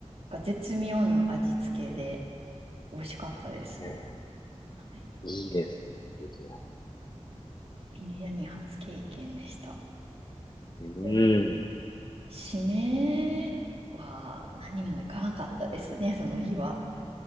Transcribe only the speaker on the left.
え
ーいいですね、ビリヤ
ニ。
うん。